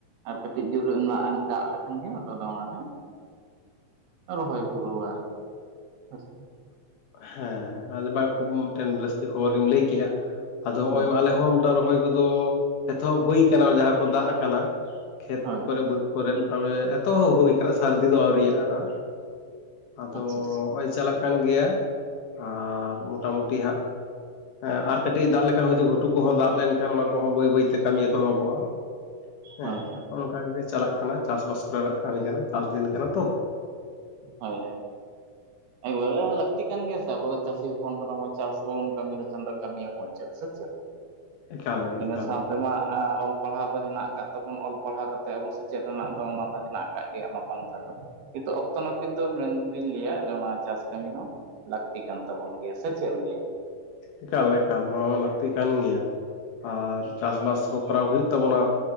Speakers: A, on the right; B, on the left.
A: ᱟᱨ ᱠᱟᱹᱴᱤᱡ ᱡᱳᱨ ᱧᱚᱜ ᱫᱟᱜ ᱞᱮᱠᱷᱟᱱ ᱜᱮ ᱟᱫᱚ ᱞᱮ ᱚᱱᱟᱞᱮᱼᱼ ᱨᱚᱦᱚᱭ ᱯᱩᱨᱟᱹᱣᱟ ᱟᱨᱠᱤ ᱦᱳᱭ ᱥᱮ,
B: ᱦᱮᱸ ᱟᱫᱚ ᱵᱟᱝ ᱠᱷᱩᱵ ᱢᱤᱫᱴᱮᱱ ᱨᱟᱹᱥᱠᱟᱹ ᱠᱷᱚᱵᱚᱨ ᱜᱮᱢ ᱞᱟᱹᱭ ᱠᱮᱜ-ᱟ᱾ ᱟᱫᱚ ᱦᱚᱸᱜ-ᱚᱭ
A: ᱦᱳᱭ
B: ᱟᱞᱮ ᱦᱚᱸ ᱢᱤᱫᱴᱟᱝ ᱨᱚᱦᱚᱭ ᱠᱚᱫᱚ ᱮᱛᱚᱦᱚᱵ ᱦᱩᱭ ᱠᱟᱱᱟ ᱡᱟᱦᱟᱸ ᱠᱚᱫᱚ ᱫᱟᱜ ᱠᱟᱱᱟ, ᱠᱷᱮᱛ
A: ᱦᱳᱭ
B: ᱠᱚᱨᱮ ᱵᱟᱹᱫᱽ ᱠᱚᱨᱮᱜ ᱛᱟᱨᱯᱚᱨᱮ ᱮᱛᱚᱦ ᱦᱩᱭ ᱠᱟᱱᱟ ᱥᱟᱹᱨᱫᱤ ᱫᱚ ᱟᱹᱣᱨᱤᱭᱟ-ᱜ ᱟᱸ ᱦᱟᱸᱜ, ᱟᱫᱚ
A: ᱟᱪᱪᱷᱟ
B: ᱦᱚᱸᱜ-ᱚᱭ
A: ᱟᱪᱪᱷᱟ
B: ᱪᱟᱞᱟᱜ ᱠᱟᱱ ᱜᱮᱭᱟ, ᱟᱨ ᱢᱚᱴᱟ-ᱢᱩᱴᱤ ᱦᱟᱸᱜᱼᱼ ᱮᱸ ᱟᱨ ᱠᱟᱹᱴᱤᱡ-ᱮ ᱫᱟᱜ ᱞᱮᱠᱷᱟᱱ ᱦᱳᱭᱛᱳ ᱜᱷᱩᱴᱩ ᱠᱚᱦᱚᱸ ᱫᱟᱜ ᱞᱮᱱᱠᱷᱟᱱ ᱚᱱᱟ ᱠᱚᱦᱚᱸ ᱵᱟᱹᱭ ᱵᱟᱹᱭᱛᱮ ᱠᱟᱹᱢᱤ ᱮᱛᱚᱦᱚᱵᱚᱜ-ᱟ, ᱦᱮᱸ
A: ᱦᱳᱭ
B: ᱚᱱᱠᱟ ᱜᱮ ᱪᱟᱞᱟᱜ ᱠᱟᱱᱟ ᱪᱟᱥ-ᱵᱟᱥ ᱠᱚᱨᱮᱱᱟᱜ ᱠᱟᱹᱢᱤ ᱠᱟᱱᱟ ᱪᱟᱥ ᱫᱤᱱ ᱠᱟᱱᱟ ᱛᱚ,
A: ᱦᱳᱭ ᱮᱠᱵᱟᱨᱮ ᱞᱟᱹᱠᱛᱤ ᱠᱟᱱ ᱜᱮᱭᱟ ᱥᱮ ᱟᱵᱚ ᱫᱚ ᱪᱟᱹᱥᱤ ᱦᱚᱯᱚᱱ ᱠᱟᱱᱟᱵᱚᱱ ᱪᱟᱥ ᱵᱟᱵᱚᱱ ᱠᱟᱹᱢᱤ ᱞᱮᱠᱷᱟᱱ ᱠᱟᱹᱢᱤᱭᱟᱵᱚᱱ ᱪᱮᱫ ᱥᱮ ᱪᱮᱫ?
B: ᱮᱠᱟᱞ ᱜᱮ
A: ᱤᱱᱟᱹ
B: ᱮᱠᱟᱞ
A: ᱥᱟᱸᱣ
B: ᱜᱮ
A: ᱛᱮᱢᱟ ᱟᱸ ᱚᱞᱼᱼ ᱯᱟᱲᱦᱟᱣ ᱫᱚ ᱦᱮᱱᱟᱜ ᱠᱟᱫ ᱛᱟᱵᱚᱱ ᱚᱞ ᱯᱟᱲᱦᱟᱣ ᱠᱟᱛᱮᱜ ᱟᱵᱚ ᱥᱮᱪᱮᱫ ᱨᱮᱱᱟᱜ ᱫᱚ ᱚᱱᱟ ᱫᱚ ᱦᱮᱱᱟᱜ ᱟᱠᱟᱼᱼ ᱠᱟᱜ ᱜᱮᱭᱟ ᱚᱱᱟ ᱯᱛᱱᱷᱟ ᱫᱚ ᱠᱤᱱᱛᱩ ᱚᱠᱼᱼ ᱚᱠᱛᱚ ᱱᱟᱹᱯᱤᱛ ᱫᱚ ᱢᱮᱱᱫᱚᱧ ᱞᱟᱹᱭᱟ ᱚᱱᱟ ᱪᱟᱥ ᱠᱟᱹᱢᱤ ᱦᱚᱸ ᱞᱟᱹᱠᱛᱤ ᱠᱟᱱ ᱛᱟᱵᱚᱱ ᱜᱮᱭᱟ ᱥᱮ ᱪᱮᱫ ᱮᱢ ᱞᱟᱹᱭᱟ?
B: ᱮᱠᱟᱞ-ᱮᱠᱟᱞ ᱱᱚᱣᱟ ᱢᱟ ᱞᱟᱹᱠᱛᱤ ᱠᱟᱱ ᱜᱮᱭᱟ, ᱟᱨ ᱪᱟᱥ-ᱵᱟᱥ ᱦᱚᱸ ᱠᱚᱨᱟᱣ ᱦᱩᱭᱩᱜ ᱛᱟᱵᱚᱱᱟ,